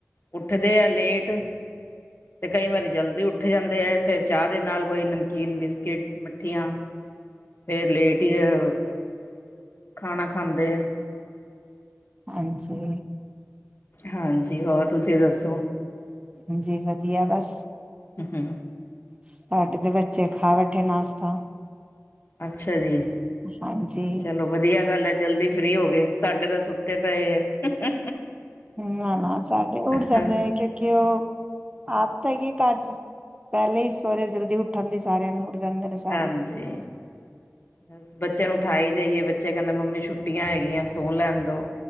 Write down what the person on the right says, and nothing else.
ਹਾਂਜੀ
ਹਾਂਜੀ ਵਧੀਆ ਬਸ
ਸਾਡੇ ਤੇ ਬੱਚੇ ਖਾ ਬੈਠੇ ਨਾਸ਼ਤਾ
ਹਾਂਜੀ
ਨਾ ਨਾ ਸਾਡੇ ਉੱਠ
ਜਾਂਦੇ ਨੇ ਕਿਉਂਕਿ ਉਹ ਆਦਤ ਹੈਗੀ ਘਰ ਚ ਪਹਿਲੇ ਹੀ ਸੋਹੁਰ ਜਲਦੀ ਉਠਣੇ ਦੇ ਸਾਰਿਆਂ ਨੂੰ ਜਾਂਦੇ ਨੇ ਸਾਰੇ